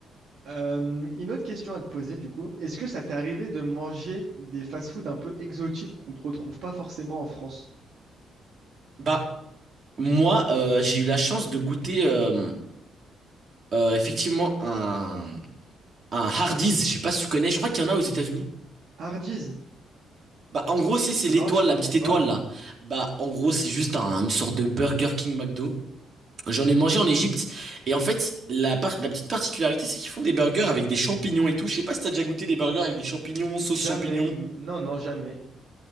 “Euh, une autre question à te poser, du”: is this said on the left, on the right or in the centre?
Right